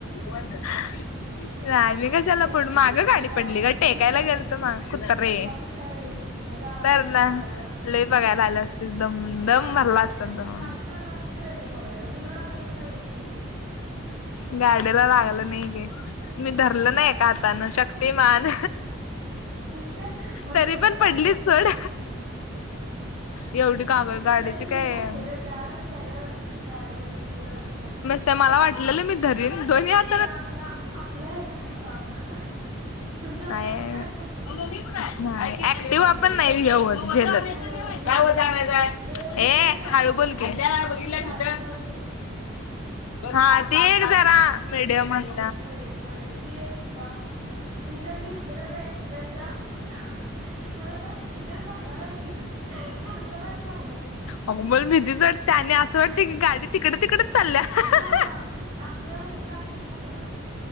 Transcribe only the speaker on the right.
हे
मग
काय
मग
कशाला येऊ
मग कशाला येऊ नाही तर आलो
असतो बघायला
गाडीला
लागलंय
काय सांग
गाडीला लागला असत तर येतो बघायला तुला लागलंय म्हणाल्यावर येत नाही.
मग
का म्हणून
दोनी
पायाला
लावून घेतल्यास.
लई
ही असते गं, जाड असत गं, गाडी लई जड असत्या.
ते आपला, आपल्या ह्याजं नाही काम. <unintelligible>
पप्पांची गाडी तर नाहीच आहे
होय
होय झेलत
नाही
ते
जे असत बघ
आपली
चार्जिंग
वरची
मिडीयम मध्ये. ती एक इत मी तर घेतलेली बाई ऍक्टिव्हा एकदा. <unintelligible> मला ते हॅण्डल पक डायलाच येईना. <unintelligible> थरथरायलाच लागलं ते.
हा आपलं हे लागत नाही ना, त्याला.